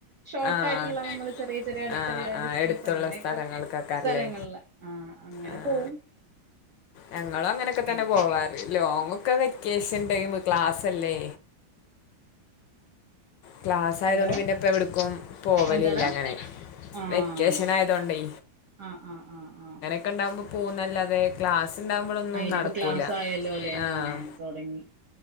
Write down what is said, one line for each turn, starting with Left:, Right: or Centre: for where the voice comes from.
Right: ഷോർട്ട്
Left: ആഹ്
Right: ആയിട്ടുള്ള നമ്മള് ചെറിയ ചെറിയ അടുത്തുള്ള
Left: ആഹ് ആഹ്
Right: ഡിസ്റ്റൻസ്
Left: എടുത്തുള്ള
Right: അങ്ങനെയൊക്കെ
Left: സ്ഥലങ്ങൾക്കൊക്കാരല്ലേ
Right: സ്ഥലങ്ങളില് ആഹ് അങ്ങനെ
Left: ആഹ്
Right: പോവും.
Left: ഞങ്ങളും അങ്ങനെയൊക്കെ
Right: പിന്നെ
Left: തന്നെ പോവാറ് ലോങ്ങൊക്കെ വെക്കേഷൻ ടൈം ക്ലാസ്ല് അല്ലേ. ക്ലാസ് ആയതോണ്ട്
Right: ഹലോ
Left: പിന്നെ ഇപ്പ എവിട്ക്കും പോവലില്ല
Right: എന്താടാ
Left: അങ്ങനെ.
Right: ആഹ്
Left: വെക്കേഷൻ ആയതോണ്ടേ..
Right: ആഹ് ആഹ് ആഹ് ആഹ്
Left: ഇക്ക ഇണ്ടാവകുമ്പോ പോകുന്നല്ലാതെ ക്ലാസ് ഇണ്ടാവുമ്പോളൊന്നും
Right: ആ ഇനിയിപ്പോ
Left: നടക്കൂല.
Right: ക്ലാസ് ആയല്ലോ അല്ലേ
Left: ആഹ്
Right: ആ തൊടങ്ങി